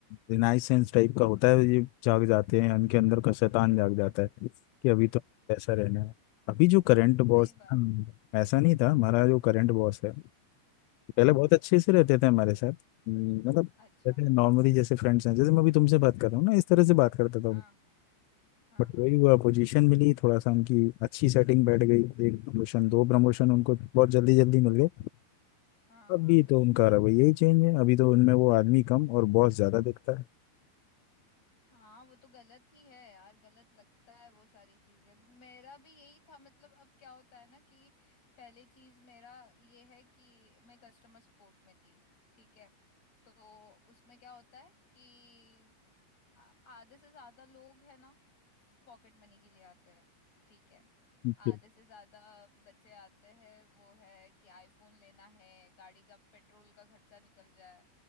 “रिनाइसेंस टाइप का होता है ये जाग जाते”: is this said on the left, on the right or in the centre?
Left